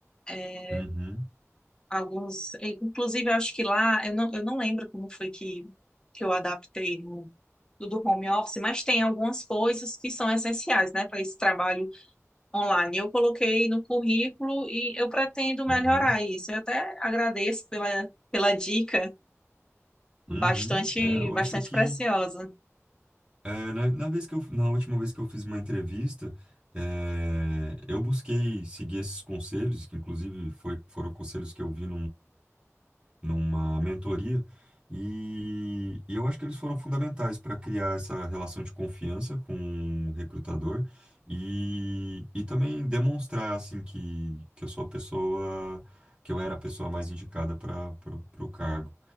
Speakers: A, on the left; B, on the right.
A: é,
B: Uhum,
A: alguns, inclusive eu acho que lá, eu não, eu não lembro como foi que, que eu adaptei no do do home office, mas tem algumas coisas que são essenciais, né, para esse trabalho online. Eu coloquei no currículo e eu pretendo melhorar
B: uhum,
A: isso. Eu até agradeço pela, pela dica, bastante,
B: uhum. É, eu
A: bastante
B: acho que
A: preciosa.
B: é, na, na vez que eu, na última vez que eu fiz uma entrevista, é, eu busquei seguir esses conselhos, que inclusive foi, foram conselhos que eu vi numa mentoria, e, e eu acho que eles foram fundamentais para criar essa relação de confiança com o recrutador e, e também demonstrar assim que, que eu sou a pessoa, que eu era a pessoa mais indicada para o cargo.